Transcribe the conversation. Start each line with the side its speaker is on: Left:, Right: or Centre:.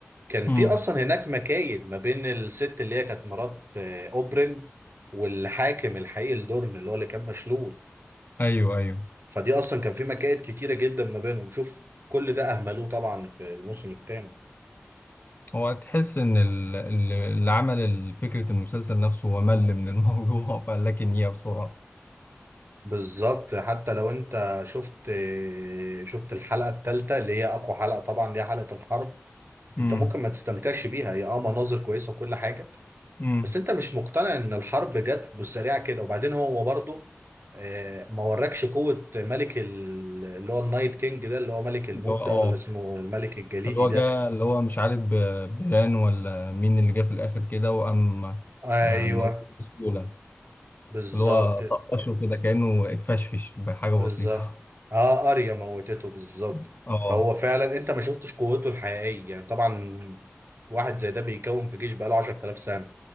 Right: كان
Left: امم
Right: في اصلا هناك مكايد ما بين الست اللي هي كانت مرات آه، اوبرين والحاكم الحقيقي لدورن اللي هو اللي كان مشلول
Left: ايوه ايوه
Right: فدي اصلا كان في مكائد كتيره جدا ما بينهم شوف كل ده اهملوه طبعا في الموسم الثاني
Left: هو تحس ان ال- ال- اللي عمل ال- فكره المسلسل نفسه هو مل من الموضوع <laughs> فقال لك ان هي بسرعه
Right: بالظبط حتى لو انت شفت شفت الحلقه الثالثه اللي هي اقوى حلقه طبعا دي حلقه الحرب انت
Left: امم
Right: ممكن ما تستمتعش بيها هي اه مناظر كويسه وكل حاجه
Left: امم
Right: بس انت مش مقتنع ان الحرب جت بالسريعه كده وبعدين هو برضه آه، ما وراكش قوه ملك ال- اللي هو النايت كينج ده اللي هو ملك الموت
Left: اللي هو
Right: ده ولا
Left: اه
Right: اسمه الملك الجليدي
Left: اللي هو
Right: ده
Left: جه اللي هو مش عارف ب- بيران ولا مين اللي جه في الآخر كده وقام
Right: ايوه
Left: آه، موته بسهولة
Right: بالظبط
Left: اللي هو طقشه كده كأنه اتفشفش بحاجة
Right: بالظبط
Left: بسيطة
Right: اه اريا موتته بالظبط
Left: <laughs> اه
Right: هو فعلا انت ما شفتش قوته الحقيقيه يعني طبعا واحد زي ده بيكون في جيش بقاله 10000 سنه